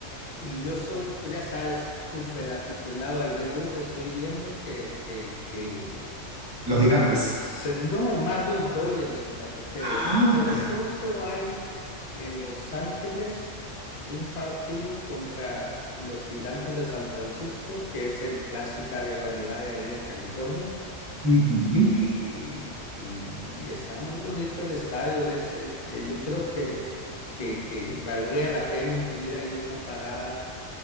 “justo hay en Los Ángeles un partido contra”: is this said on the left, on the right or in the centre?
Left